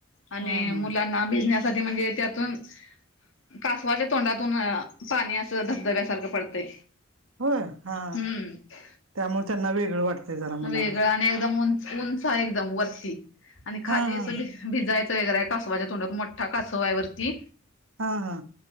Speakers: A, on the left; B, on the right.
A: आणि
B: हम्म हम्म
A: मुलांना भिजन्यासाठी म्हणजे त्यातून कासवाच्या तोंडातून पाणी असं धबधब्यासारखं पडतंय.
B: होय हा
A: हम्म
B: त्यामुळे त्यांना वेगळं वाटतंय जरा मुलांना
A: वेगळं आणि एकदम उंच, उंच आहे एकदम वरती आणि खाली
B: हा हा
A: अस. भिजायचं वगैरे आहे कासवाच्या तोंडात मोठा कासव आहे वरती.
B: हा हा